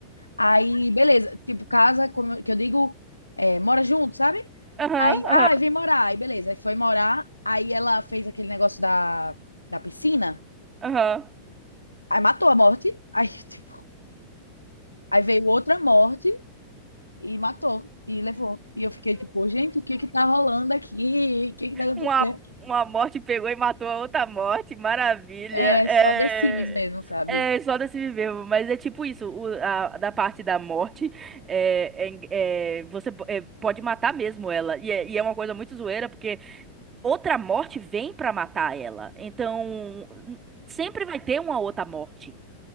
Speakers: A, on the left; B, on the right.
A: Aí, beleza, tipo, casa, como eu- que eu digo, é, mora junto, sabe?
B: Aham,
A: Aí, ah, vem morar. Aí, beleza. Aí foi morar. Aí ela fez aquele negócio da, da piscina.
B: aham, aham.
A: Aí matou a morte. Aí, <laughs> tipo, aí veio outra morte e matou. E levou. E eu fiquei tipo, gente, o que que tá rolando aqui? O que que tá acontecendo?
B: Uma, uma morte pegou e matou a outra morte, maravilha.
A: É,
B: É,
A: só The Sims mesmo, sabe?
B: é só desse viver, mas é tipo isso, o- a- da parte da morte, é, é- en- é, você po- é, pode matar mesmo ela. E é, e é uma coisa muito zoeira, porque outra morte vem pra matar ela. Então, n- sempre vai ter uma outra morte.